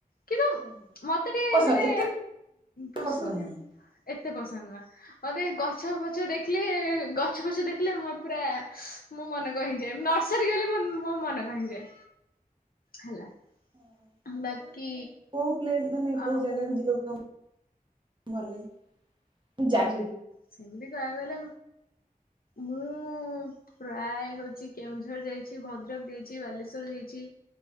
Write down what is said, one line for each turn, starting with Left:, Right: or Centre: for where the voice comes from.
Left: କିନ୍ତୁ,
Right: ହୁଁ।
Left: ମତେ ଟିକେ
Right: ପସନ୍ଦ
Left: ମାନେ
Right: ଏତେ
Left: ପଶୁପକ୍ଷୀ
Right: ପସନ୍ଦ ନୁହଁ
Left: ଏତେ ପସନ୍ଦ ନୁହଁ। ମୋତେ
Right: ଆଚ୍ଛା
Left: ଗଛ ପ ଦେଖିଲେ ଗଛ ଫଛ ଦେଖିଲେ ମୋର ପୁରା ମୋ ମନକଣ ହେଇଯାଏ ନର୍ସରୀ ଗଲେ ମୋ ମନକଣ ହେଇଯାଏ ହେଲା।
Right: ହ
Left: ବାକି
Right: ଆଉ କୁଆଡେ ମାନେ କୋଉ ପ୍ଲେସ୍ ମାନେ
Left: ଆଉ
Right: କୋଉ ଜାଗାକୁ ଯିବାକୁ ତମ ଭଲଲାଗେ <unintelligible>
Left: ସେମିତି କହିବାକୁ ଗଲେ, ମୁଁ ପ୍ରାୟ ହଉଛି କେଉଁଝର ଯାଇଛି, ଭଦ୍ରକ ଯାଇଛି, ବାଲେଶ୍ଵର ଯାଇଛି।